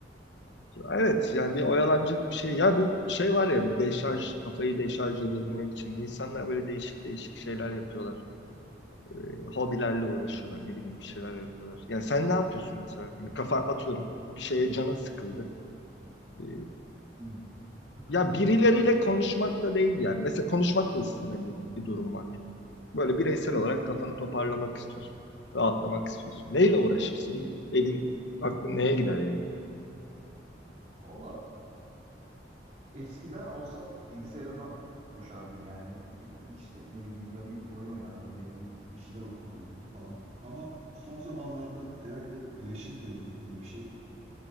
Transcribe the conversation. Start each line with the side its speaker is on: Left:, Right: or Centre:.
Left: Evet yani bir oyalanacak bir şey. Ya bir şey var ya bir deşarj, kafayı deşarj edebilmek için. İnsanlar böyle değişik değişik şeyler yapıyorlar. e, hobilerle uğraşıyorlar. Ne bileyim bir şeyler yapıyorlar. Yani sen ne yapıyorsun mesela? Hani kafa atıyorum bir şeye canın sıkıldı. E,
Right: Hmm. <clears throat>
Left: ya birileriyle konuşmak da değil yani. Mesela konuşmak da istemediğin bir durum var. Böyle bireysel olarak kafanı toparlamak istiyorsun. Rahatlamak istiyorsun. Neyle uğraşırsın? İlk elin aklın neye gider yani?
Right: Valla eskiden olsa bilgisayarıma koşardım yani E, işte ne bileyim ya bir oyun oynardım ya bir, bir şeyler okurdum falan. Ama son zamanlarda herhalde yaşın da getirdiği bir şey.